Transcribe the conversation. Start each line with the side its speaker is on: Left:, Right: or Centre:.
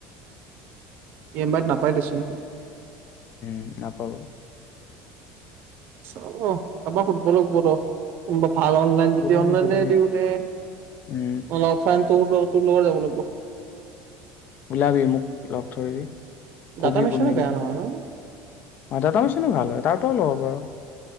Right: ই এম আইত নাপাই দেছোন।
Left: উম নাপাব।
Right: অ' অ' আমাৰ ফুটবলক অফ কোনা ভাল অনলাইন যেতিয়া
Left: সুধিবি
Right: অনলাইন
Left: সুধিবি
Right: যদি দিওঁ নে
Left: উম
Right: মান অফলাইনত দিওঁ। তোৰ লগত যাব লাগিব।
Left: ওলাবি মোক লগ ধৰিবি।
Right: ডাটা
Left: কবি
Right: মিছনে
Left: কোন দিনা
Right: বেয়া নহয়
Left: যাৱ।
Right: ন?
Left: ডাটামেশ্বনো ভাল হয় তাৰ তাতেও ল'ব পাৰ।